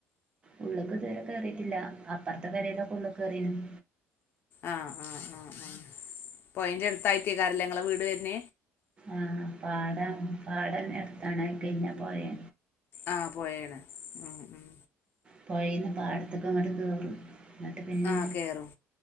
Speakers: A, on the right; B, on the left.
A: ഉള്ള്ക്ക് ഇതുവരെ കേറിയിട്ടില്ല അപ്പർത്തെ പെരേലൊക്കെ ഉള്ള്ക്ക് കേറീക്ണ്
B: ആ ആ ആ ആ പൊയന്റെ അടുത്തായിറട്ടേക്കാരല്ലേ നിങ്ങളെ വീട് വരുന്ന
A: ആ പാടാ പാടന്നെ എടുത്താണാ അത് കയിഞ്ഞ പൊയേ
B: ആ പൊയേണ് ഉം ഉം
A: പൊയീന്ന് പാടത്ത്ക്കങ്ങട്ട് കേറും എന്നിട്ട് പിന്നെ
B: ആ കേറും